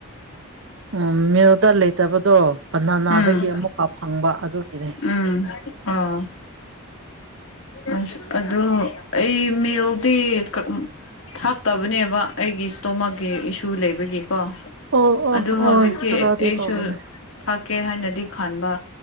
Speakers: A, on the right; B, on the left.
A: ꯑ ꯃꯤꯜꯗ ꯂꯩꯇꯕꯗꯣ ꯕꯅꯥꯅꯥꯗꯒꯤ
B: ꯎꯝ
A: ꯑꯃꯨꯛꯀ ꯐꯪꯕ ꯑꯗꯨꯒꯤꯅꯦ
B: ꯎꯝ ꯑꯣ ꯑꯁ ꯑꯗꯨꯗ ꯑꯩ ꯃꯦꯜꯗꯤ ꯀ ꯊꯥꯛꯇꯕꯅꯦꯕ ꯑꯩꯒꯤ ꯏꯁꯇꯣꯃꯛꯀꯤ ꯏꯁꯨ ꯂꯩꯕꯒꯤ ꯀꯣ
A: ꯑꯣ ꯑꯣ
B: ꯑꯗꯨ
A: ꯍꯣꯏ
B: ꯍꯧꯖꯤꯛꯀꯤ
A: ꯈꯔꯗꯤ
B: ꯑꯩꯁꯨ
A: ꯇꯧꯕꯅꯦ
B: ꯊꯥꯛꯀꯦ ꯍꯥꯏꯅꯗꯤ ꯈꯟꯕ